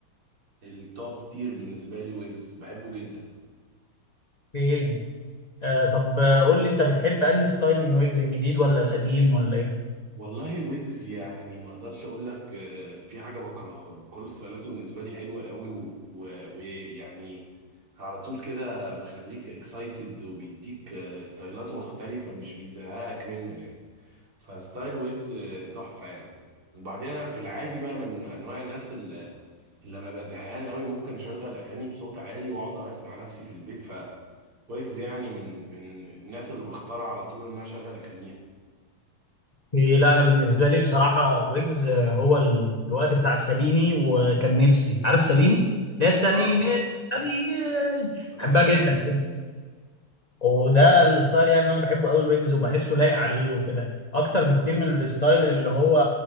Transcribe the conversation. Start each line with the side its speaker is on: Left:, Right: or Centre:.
Right: التوب تير بالنسبة لي ويجز بحبه جدا
Left: في ايه آه طب آه، قول لي انت بتحب انهي ستايل من ويجز الجديد ولا القديم ولا ايه
Right: والله ويجز يعني ما اقدرش اقول لك آه، في حاجة بكرهها له كل ستايلاته بالنسبة لي حلوة قوي ويعني و- و- ويعني على طول كده مخليك اكسايتد وبيديك آه، ستايلات مختلفة مش بيزهقك منه يعني فستايل ويجز آه، تحفة يعني وبعدين انا في العادي بقى من انواع الناس لما ابقى زهقان قوي ممكن اشغل اغاني بصوت عالي واقعد اسمع نفسي في البيت ف ويجز يعني من من الناس اللي بختار على طول ان انا اشغل اغانيها
Left: إيه، لا انا بالنسبه لي بصراحه ويجز آه، هو ال- الوقت بتاع ساليني وكان نفسي عارف ساليني لا ساليني
Right: اه
Left: ساليني
Right: بحبها
Left: بحبها جدا
Right: جدا
Left: وده الستايل يعني اللي انا بحبه قوي الويجز وبحسه لايق عليه وكده اكتر بكتير من الستايل اللي هو